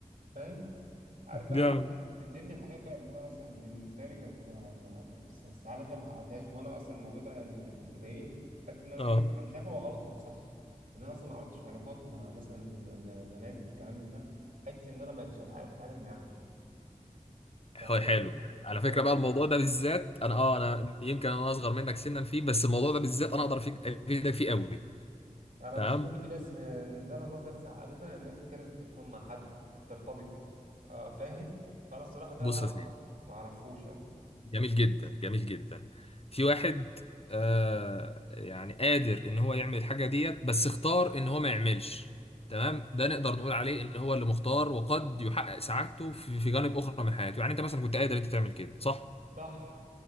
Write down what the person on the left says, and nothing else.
جامد
اه
حلو حلو.
على
فكرة بقى الموضوع ده بالذات انا اه انا يمكن انا اصغر منك سنا فيه بس الموضوع ده بالذات انا اقدر أفيد- افيدك فيه قوي
تمام
بص
يا سيدي
جميل جدا جميل جدا في واحد آه يعني قادر ان هو يعمل الحاجه ديت بس اختار ان هو ما يعملش تمام ده نقدر نقول عليه ان هو اللي مختار وقد يحقق سعادته في في جانب اخرى من حياته يعني انت مثلا كنت قادر انت تعمل كده صح